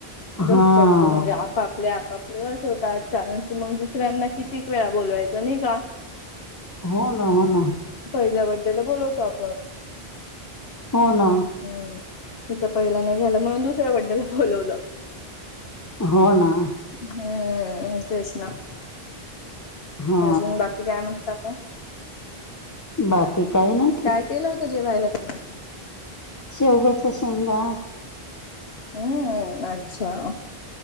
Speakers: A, on the left; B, on the left.
A: घरच्या
B: हा
A: घ म्हणजे आप आपापले आपापले बस होतात. कारण की मग दुसऱ्यांना कित्येक वेळा बोलवायचं नाही का?
B: हो ना, हो ना.
A: पहिल्या बड्डेला बोलवतो आपण.
B: हो ना.
A: हम्म, तिचा पहिला नाही झालं झाला म्हणून दुसऱ्या बड्डेला बोलवलं.
B: हो ना.
A: हम्म, तेच ना.
B: हा
A: आजून बाकी काय म्हणता मग?
B: बाकी काय नाय.
A: काय केलं होतं जेवायला तुम्ही?
B: शेवग्याच्या शेंगा
A: अं अच्छा.